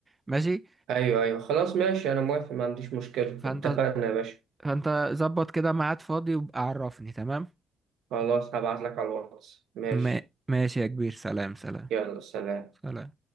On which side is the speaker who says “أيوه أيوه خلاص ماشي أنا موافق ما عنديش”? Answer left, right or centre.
Right